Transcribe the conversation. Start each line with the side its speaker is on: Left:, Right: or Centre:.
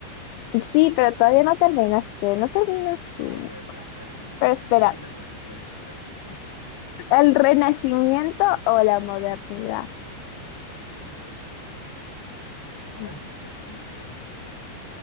Left: Sí,
Centre: No, ya
Left: pero todavía
Centre: perdiste.
Left: no terminaste, no terminaste.
Centre: No, te- ya perdiste.
Left: Pero
Centre: Sí,
Left: espera,
Centre: te di la respuesta. <laughs>
Left: ¿el Renacimiento o la modernidad?
Centre: No, te dije el Renacimiento. Dijiste Francia,
Left: Y,
Centre: así directo.